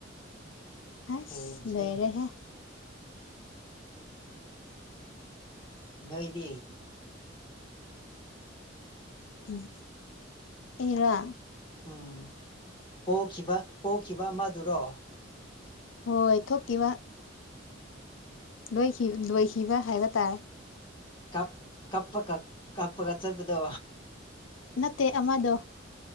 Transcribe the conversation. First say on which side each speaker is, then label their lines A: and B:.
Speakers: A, on the left; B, on the left.
A: ꯍꯥꯏꯁ
B: ꯐꯦꯟꯁꯅꯦ
A: ꯂꯣꯏꯔꯦꯍꯦ
B: ꯅꯣꯏꯗꯤ
A: ꯎꯝ ꯑꯩꯔꯥ
B: ꯎꯝ ꯄꯣꯈꯤꯕ ꯄꯣꯈꯤꯕ ꯑꯃꯗꯨꯔꯣ
A: ꯍꯣꯏ ꯊꯣꯛꯈꯤꯕ ꯂꯣꯏꯈꯤ ꯂꯣꯏꯈꯤꯕ ꯍꯥꯏꯕꯇꯥꯔꯦ
B: ꯀꯞ ꯀꯞꯄꯀꯥ ꯀꯞꯄꯒ ꯆꯠꯄꯗꯣ
A: ꯅꯠꯇꯦ ꯑꯃꯗꯣ,